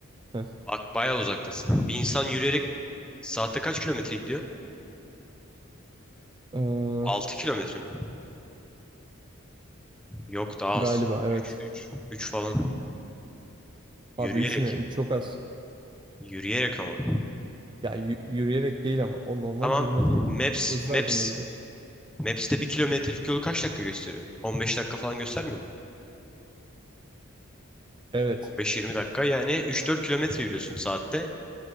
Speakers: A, on the right; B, in the centre.
A: Heh.
B: bak bayağı uzaktasın. Bir insan yürüyerek saatte kaç kilometre gidiyor?
A: Ee,
B: altı kilometre mi? Yok daha
A: galiba
B: az.
A: evet.
B: üç üç 3 falan. Yürüyerek.
A: Abi 3 ne? üç çok az.
B: Yürüyerek ama.
A: Ya yü- yürüyerek değil ama o normal
B: Tamam.
A: yürüme değil.
B: Maps
A: Hızlı
B: Maps
A: adımla yürüyorsun.
B: Maps'te bir kilometrelik yolu kaç dakika gösteriyor? on beş dakika falan göstermiyor mu?
A: Evet.
B: on beş yirmi dakika yani üç dört kilometre yürüyorsun saatte.